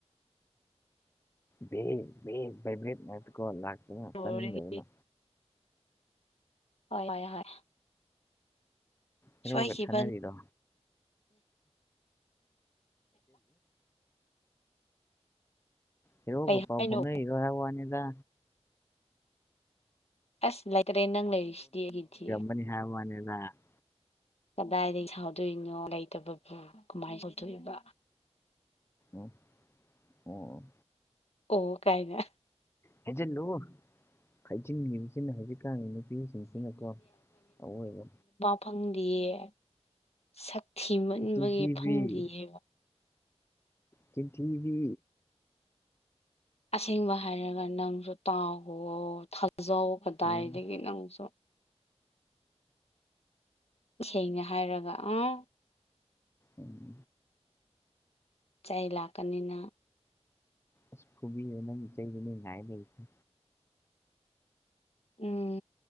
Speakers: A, on the left; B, on the left.
A: ꯚꯥꯠ ꯚꯥꯠ ꯚꯥꯏꯚꯔꯦꯠ ꯃꯥꯏꯠꯀꯣꯜ ꯂꯥꯛꯇꯅ
B: ꯍꯣꯏ
A: ꯇꯥꯅꯤꯟꯗꯗꯅ
B: ꯍꯣꯏ ꯍꯣꯏ ꯍꯣꯏ
A: ꯍꯔꫭꯒ
B: ꯁꯣꯏꯈꯤꯕꯅꯦ
A: ꯊꯅꯔꯤꯔꯣ ꯍꯔꯣꯒ
B: ꯀꯩ
A: ꯄꯥꯎ
B: ꯍꯥꯏꯅꯣ
A: ꯐꯥꯎꯅꯔꯤꯔꫭ ꯍꯥꯏ ꯋꯥ ꯅꯤꯗ
B: ꯑꯁ ꯂꯥꯏꯇꯔꯦ ꯅꯪ ꯂꯩꯔꯤ ꯁꯤꯗꯤ ꯑꯩꯒꯤꯗꯤ
A: UNINTELLIGIBLE ꯍꯥꯏ ꯋꯥꯅꯤꯗ
B: ꯀꯗꯥꯏꯗꯒꯤ ꯁꯥꯎꯗꯣꯏꯅꯣ ꯂꯩꯇꯕꯕꯨ ꯀꯃꯥꯏꯅ ꯇꯧꯗꯣꯏꯏꯕ
A: ꯎ ꯑꯣ
B: ꯑꯣ ꯀꯥꯏꯅꯦ
A: ꯍꯖꯦꯟ ꯂꯨ UNINTELLIGIBLE ꯁꯤꯅ ꯍꯧꯖꯤꯛꯀꯥꯟꯒꯤ ꯅꯨꯄꯤꯁꯤꯡꯁꯤꯅꯀꯣ ꯑꯋꯣꯏꯕ
B: ꯐꯪꯗꯌꯦ ꯁꯛ ꯊꯤ ꯃꯟꯕꯒꯤ
A: ꯆꯤꯟꯊꯤꯕꯤ
B: ꯐꯪꯗ꯭ꯌꯦꯕ
A: ꯆꯤꯟꯊꯤꯕꯤ
B: ꯑꯁꯦꯡꯕ ꯍꯥꯏꯔꯒ ꯅꯪꯁꯨ ꯇꯥꯎꯍꯣ ꯊꯥꯖꯧ ꯀꯗꯥꯏꯗꯒꯤ
A: ꯎꯝ
B: ꯅꯪꯁꯨ ꯏꯁꯦꯡꯅ ꯍꯥꯏꯔꯒ ꯑꯥ
A: ꯎꯝ
B: ꯆꯩ ꯂꯥꯛꯀꯅꯤ ꯅꯪ
A: ꯑꯁ ꯐꯨꯕꯤꯑꫭ ꯅꯪꯅ ꯆꯩꯗꯨꯅꯤ ꯉꯥꯏ ꯂꯩꯔꯤꯁꯦ
B: ꯎꯝ